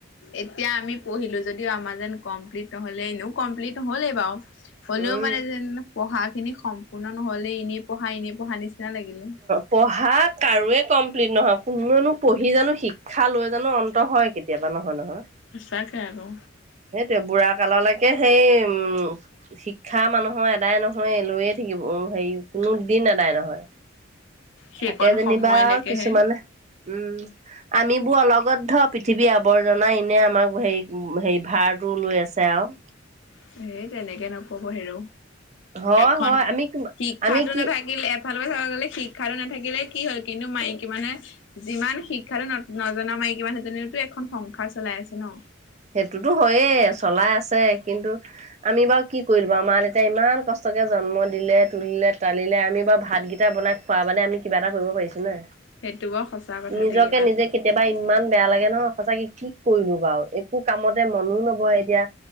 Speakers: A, on the left; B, on the right.
A: এতিয়া আমি পঢ়িলো যদিও আমাজেন কমপ্লিট নহলে এনেও কমপ্লিট নহলেই বাৰু। হ'লেও
B: উম
A: মানে যে পঢ়াখিনি সম্পূৰ্ণ নহলে এনেই পঢ়া এনে পঢ়া নিচিনা লাগিলে।
B: পঢ়া কাৰোৱে কমপ্লিট নহয় কোনেনো পঢ়ি জানো শিক্ষা লৈ জানো অন্ত হয় কেতিয়াবা নহয় নহয়।
A: সঁচা কে আকৌ।
B: সেইটোৱে বুঢ়া কাললৈকে সেই উম, শিক্ষা মানুহৰ এদায় নহয় লৈয়ে থাকিব হেৰি কোনো দিন আদায় নহয়।
A: সেইকণ
B: তাকে যেনিবা
A: সময়লৈকেহে
B: কিছুমান উম, আমিবোৰ অলগতধ পৃথিৱীৰ আৱৰ্জনা এনে আমাক হেৰি হে ভাৰ ৰু লৈ আছে আৰু।
A: সেই তেনেকে নকব হেৰ,
B: হয়
A: এখন
B: হয় আমি
A: শিক্ষাটো
B: আমি কি
A: নাথাকিলে ভাল চাব গলে শিক্ষাটো নাথাকিলে কি হ'ল? কিন্তু মাইকী মানুহে, যিমান শিক্ষাটো নজনা মান সেই মাইকীমানুহ জনীয়োটো এখন সংসাৰ চলাই আছে ন?
B: সেইটোতো হয়য়ে চলাই আছে, কিন্তু আমি বাৰু কি কৰিল বাৰু মা দেউতায়ে ইমান কষ্টকে জন্ম দিলে তুলিলে তালিলে আমি বা ভাতকেইটা বনাই খোৱাবাদে আমি কিবা এটা কৰিব পাৰিছোঁ নে?
A: সেইটো বাৰু সঁচা কথা
B: নিজকে
A: দেই ইমান
B: নিজে কেতিয়াবা ইমান বেয়া লাগে নহয় সচাকে কি কৰিলোঁ বাৰু একো কামতে মনো নবহে এতিয়া